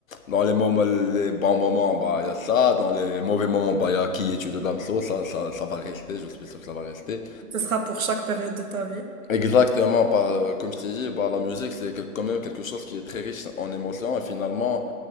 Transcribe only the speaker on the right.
Ce sera pour chaque période de ta vie.